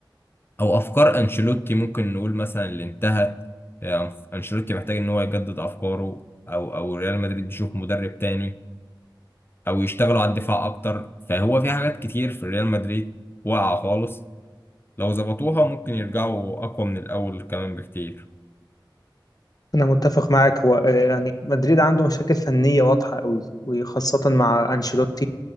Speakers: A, on the left; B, on the left.
A: او افكار انشيلوتي ممكن نقول مثلا اللي انتهت آه، انشيلوتي محتاج ان هو يجدد افكاره او او ريال مدريد يشوف مدرب تاني او يشتغلوا على الدفاع اكتر فهو في حاجات كتير في ريال مدريد واقعة خالص لو ظبطوها ممكن يرجعوا اقوى من الاول كمان بكتير
B: أنا متفق معاك هو آه، يعني مدريد عنده مشاكل فنية واضحة قوي وخاصة مع أنشيلوتي